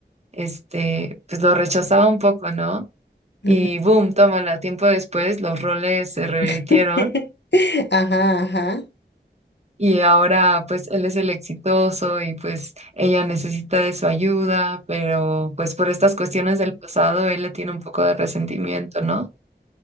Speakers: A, on the right (about 40°); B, on the left (about 75°).
A: este, pues lo rechazaba un poco, ¿no?
B: Ujú.
A: Y boom, tómala, tiempo después los roles se revirtieron
B: <laughs> Ajá, ajá.
A: Y ahora pues él es el exitoso y pues ella necesita de su ayuda, pero pues por estas cuestiones del pasado él le tiene un poco de resentimiento, ¿no?